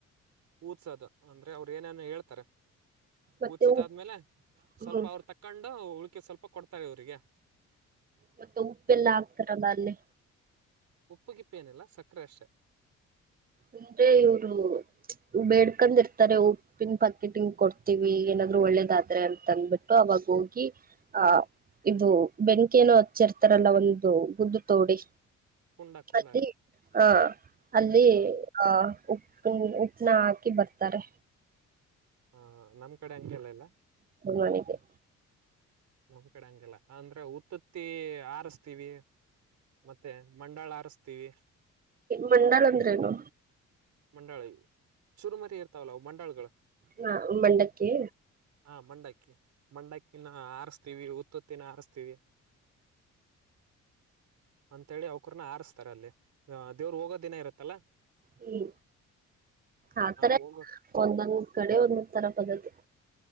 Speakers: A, on the right; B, on the right.
A: ಊದ್ಸೋದು ಅಂದ್ರೆ ಅವ್ರ ಏನೇನು ಹೇಳ್ತಾರೆ
B: ಮತ್ತೆ
A: ಪೂಜಸಿದ
B: ಉ
A: ಆದ್ಮೇಲೆ ಸ್ವಲ್ಪ
B: ಹ್ಮ್
A: ಅವ್ರ ತಕ್ಕೊಂಡು ಉಳ ಸ್ವಲ್ಪ ಕೊಡ್ತಾರೆ ಇವ್ರರಿಗೆ
B: ಮತ್ತೆ ಉಪ್ಪೆಲ್ಲ ಆಗ್ತಾರ ಬ ಅಲ್ಲಿ
A: ಉಪ್ಪುಗಿಪ್ಪೇನಿಲ್ಲ ಸಕ್ಕರೆ ಅಷ್ಟೆ
B: ಅಂದ್ರೆ ಇವ್ರು ಬೇಡ್ಕಂದ್ ಇರ್ತಾರೆ ಉಪ್ಪಿನ ಪಾಕಿಟಿಂಗ ಕೊಡ್ತೀವಿ ಏನಾದ್ರು ಒಳ್ಳೇದಾದ್ರೆ ಅಂತ ಅಂದ್ಬಿಟ್ಟು ಅವಾಗ ಹೋಗಿ ಆಹ ಇದು ಬೆಂಕಿ ಏನೋ ಹಚ್ಚಿರ್ತಾರಲ್ಲ ಒಂದು ಗುದ್ದು ತೋಡಿ
A: ಕುಂಡ ಕುಂಡ
B: ಅಲ್ಲಿ ಹ ಅಲ್ಲಿ
A: ಹ್ಮ್
B: ಹ ಉಪ್ಪ ಉಪ್ಪನ ಹಾಕಿ ಬರ್ತಾರೆ
A: ಹಾ ಹಾ ನಮ್ ಕಡೆ ಹಂಗೆಲ್ಲ ಇಲ್ಲ
B: ನನಗೆ
A: ನಮ್ ಕಡೆ ಹಂಗಿಲ್ಲ ಅಂದ್ರೆ ಉತ್ತುತ್ತಿ ಆರಸ್ತೀವಿ ಮತ್ತೆ ಮಂಡಾಳ ಆರಸ್ತೀವಿ
B: ಮಂಡಲ್ ಅಂದ್ರೇನು
A: ಮಂಡಾಳ ಚುರುಮರಿ ಇರ್ತಾವಲ್ಲ ಅವು ಮಂಡಾಳಗಳು
B: ಹಾ ಮಂಡಕ್ಕೆ
A: ಹಾ ಮಂಡಕ್ಕಿ ಮಂಡಕ್ಕಿನ ಆರಸ್ತೀವಿ ಉುತ್ತುತ್ತಿನ ಆರಸ್ತೀವಿ ಅಂತೇಳಿ ಅವಕ್ರನ ಆಾರಸ್ತ ಅಲ್ಲಿ ದೇವ್ರು ಹೋಗೋ ದಿನ ಇರುತ್ತಲ್ಲ
B: ಹ್ಮ ಆತರ
A: ಹೋಗೋ
B: ಒಂದೊಂದ್ ಕಡೆ ಒಂದ ತರ ಪದತಿ